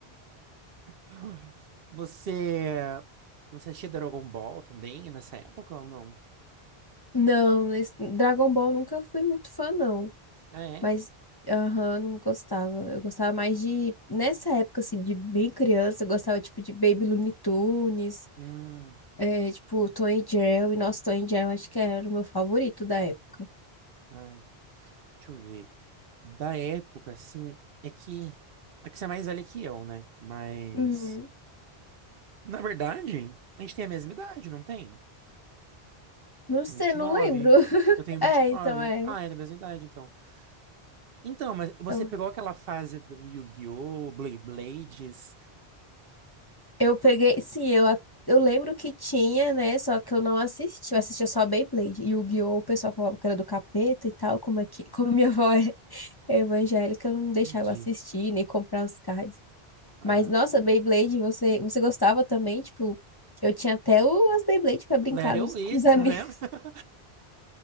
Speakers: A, on the right; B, on the left.
A: <laughs> Você você assistia Dragon Ball também nessa época ou não?
B: Não, esse- Dragon Ball nunca fui muito fã, não.
A: Ah, é?
B: Mas, aham, não gostava. Eu gostava mais de. Nessa época, assim, de bem criança, eu gostava, tipo, de Baby Looney Tunes,
A: Hum,
B: é, tipo, Tom e Jerry. Nossa, Tom e Jerry, eu acho que era o meu favorito da época.
A: ai, deixa eu ver. Da época, assim, é que é que você é mais velha que eu, né? Mas
B: Uhum.
A: na verdade, a gente tem a mesma idade, não tem?
B: Não sei,
A: Tem vinte
B: não
A: e nove.
B: lembro. <laughs>
A: Eu tenho vinte
B: É,
A: e
B: então
A: nove.
B: é.
A: Ah, é da mesma idade, então. Então, mas você
B: Então,
A: pegou aquela fase do Yu-Gi-Oh! Blade Blades?
B: eu peguei. Sim, eu, a- eu lembro que tinha, né? Só que eu não assisti. Eu assistia só Beyblade. E o Yu-Gi-Oh! o pessoal falava que era do capeta e tal. Como é que. Como minha avó é evangélica, eu não deixava
A: Entendi.
B: assistir, nem comprar os cards.
A: Ah.
B: Mas, nossa, Beyblade, você, você gostava também? Tipo, eu tinha até o, as Beyblade pra brincar
A: Let It
B: nos,
A: It,
B: <laughs> com os amigos.
A: lembra? <laughs>